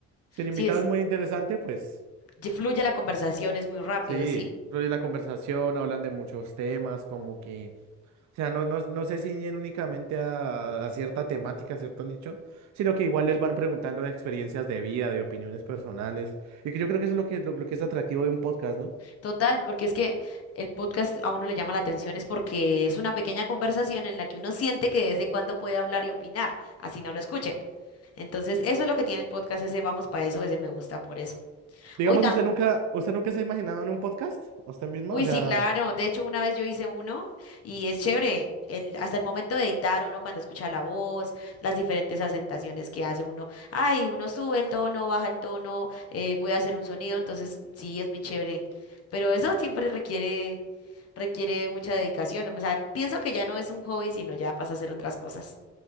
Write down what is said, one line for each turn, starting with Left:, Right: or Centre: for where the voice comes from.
Right: si el invitado
Left: Sí,
Right: es muy interesante, pues
Left: ye- fluye la conversación, es muy rápido,
Right: sí,
Left: ¿sí?
Right: fluye la conversación, hablan de muchos temas, como que O sea, no, no, no se ciñen únicamente a, a cierta temática, a cierto nicho, sino que igual les van preguntando de experiencias de vida, de opiniones personales, y que yo creo que eso es lo que, lo, lo que es atractivo de un podcast, ¿no?
Left: Total, porque es que el podcast a uno le llama la atención, es porque es una pequeña conversación en la que uno siente que de vez en cuando puede hablar y opinar, así no lo escuchen. Entonces, eso es lo que tiene el podcast, ese vamos para eso, ese me gusta por eso.
Right: Digamos,
Left: Hoy
Right: ¿usted nunca, usted nunca se ha imaginado en un podcast? ¿Usted mismo?
Left: Uy,
Right: O sea,
Left: sí, claro. De hecho, una vez yo hice uno y es chévere. El, hasta el momento de editar uno cuando escucha la voz, las diferentes acentuaciones que hace uno. Ay, uno sube el tono, baja el tono, eh, voy a hacer un sonido. Entonces, sí, es muy chévere. Pero eso siempre requiere, requiere mucha dedicación. O sea, pienso que ya no es un hobby, sino ya pasa a hacer otras cosas.